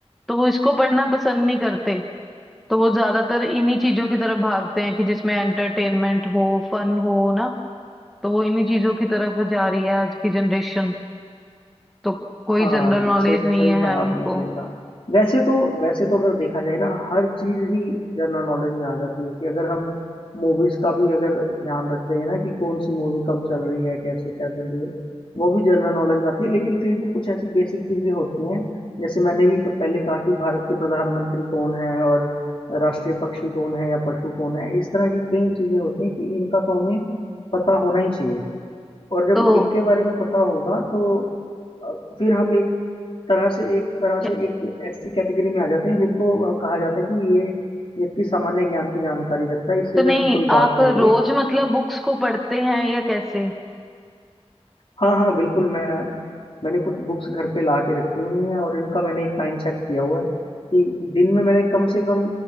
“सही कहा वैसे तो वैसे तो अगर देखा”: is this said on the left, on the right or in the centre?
Left